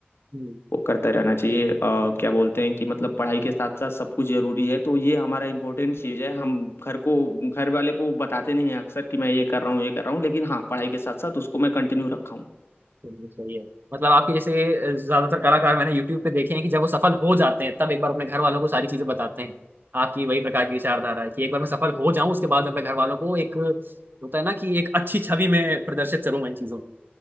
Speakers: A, on the right; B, on the left.
A: हम्म,
B: वो करता रहना चाहिए अ, क्या बोलते हैं कि मतलब पढ़ाई के साथ साथ सब कुछ जरूरी है तो ये हमारा इम्पोर्टेंट चीज़ है हम घर को घर वाले को बताते नहीं हैं अक्सर कि मैं ये कर रहा हूँ ये कर रहा हूँ लेकिन हाँ पढ़ाई के साथ साथ उसको मैं कंटिन्यू रखा हूँ
A: चलिए, सही है मतलब आपके जैसे ज्यादातर कलाकार मैंने यूट्यूब पे देखे हैं कि जब वो सफल हो जाते हैं तब एक बार अपने घर वालों को सारी चीजें बताते हैं आपकी वही प्रकार की विचारधारा है कि एक बार मैं सफल हो जाऊं उसके बाद अपने घर वालों को एक होता है ना कि एक अच्छी छवि में प्रदर्शित करूंगा इन चीजों को।